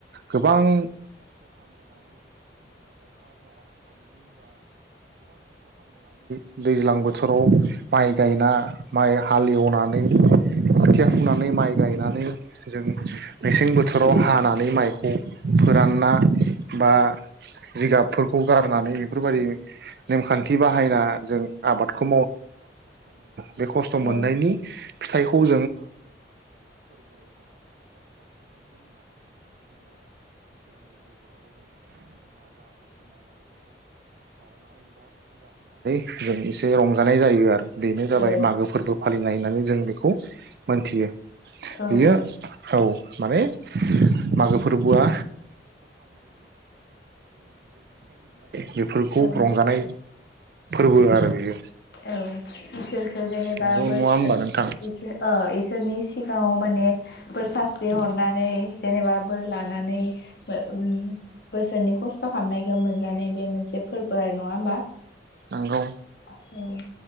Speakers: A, on the right; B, on the left.
A: गोबां दैज्लां बोथोराव माइ जों आबादखौ बे खस्थ'
B: औ
A: म फिथाइखौ जों जों एसे रंजानाय जायो आरो बेनो जाबाय
B: औ
A: मागो फोरबो फालियो <inaudible> नायनानै जों बेखौ मोनथियो
B: औ
A: बियो औ माने <inaudible> मागो फोरबोआ बेफोरखौ
B: औ
A: रंजानाय <unintelligible> आरो बियो
B: औ इसोरखो जेनेबा
A: नंगौ
B: बोर
A: नङा होमबा
B: ओ
A: नोंथां
B: इस ओ इसोरनि सिगांङाव माने बोरर सास्रि हरनानै जेनेबा बोर लानानै ओ उम बोसोरनि खस्थ' खालामनायखौ मोनजानाय बे मोनसे फोर्बो आरो नङा होमबा
A: नंगौ
B: औ